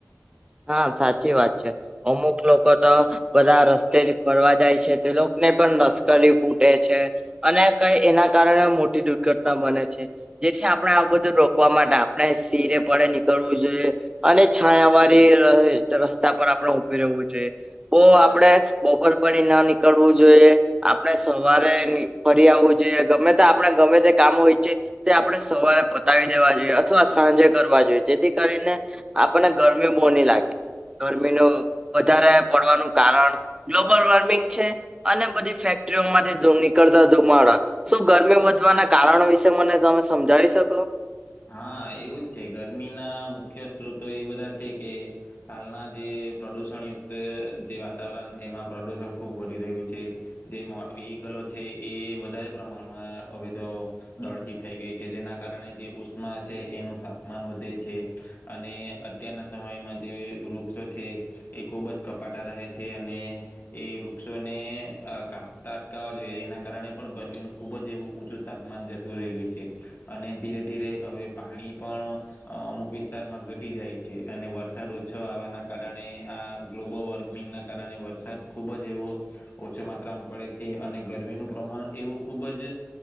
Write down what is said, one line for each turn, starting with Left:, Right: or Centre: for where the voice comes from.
Right: હા સાચી વાત છે અમુક લોકો તો બધા રસ્તે ફરવા જાય છે તે લોકોને પણ નશ્કરી ફૂટે છે અને કઈ એના કારણે મોટી દુર્ઘટના બને છે જેથી આપણે આ બધું રોકવા માટે આપણે સિરે પડે નીકળવું જોઈએ અને છાયાવા. રસ્તા પર આપણે ઉભી રહેવું જોઈએ તો આપણે બપોર પડી ના નીકળવું જોઈએ આપણે સવારે ફરી આવવું જોઈએ ગમે તે આપણે ગમે તે કામ હોયએ તે આપણે સવારે પતાવી દેવા જોઈએ અથવા સાંજે કરવા જોઈએ. જેથી કરીને આપણેર. ગમી બહુના લાગે ગરમીનું વધારે પડવાનું કારણ ગ્લોબલ વોર્મિંગ છે. અને બધી ફેક્ટરીઓમાંથી નીકળતા જમા શું ગરમી વધવાના કારણો વિશે મને તમે સમજાવી શકો.
Left: હા એવું જ છે ગરમીના મુખ્ય સ્ત્રોતો એ બધા છે કે હાલના જે પ્રદુષણયુક્ત જે વાતાવરણ છે એમાં પ્રદુષણ ખૂબ વધી રહ્યું છે જે વ્હીકલો છે એ વધારે પ્રમાણમાં હવે તો દડતી થઈ ગઈ છે જેના કારણે જે. માં છે એનું તાપમાન વધે છે અને અત્યારના સમયમાં જે વૃક્ષો છે એ ખૂબ જ કપા તા રહે છે. અને એ વૃક્ષોને કાપતા અટકાવવા જોઈએ એના કારણે પણ ગરમીનું ખૂબ જ એવું ઊંચું તાપમાન જતું રહ્યું છે અને ધીરે ધીરે. હવે પાણી પણ અમુક વિસ્તારમાં ઘટી જાય છે અને વરસાદ ઓછો આવવાના કારણે આ ગ્લોબલ વોર્મિંગના કારણે વરસાદ ખૂબ જ એવો ઓછો માત્રામાં પડે છે અને ગરમીનું પ્રમાણ એવું ખૂબ જ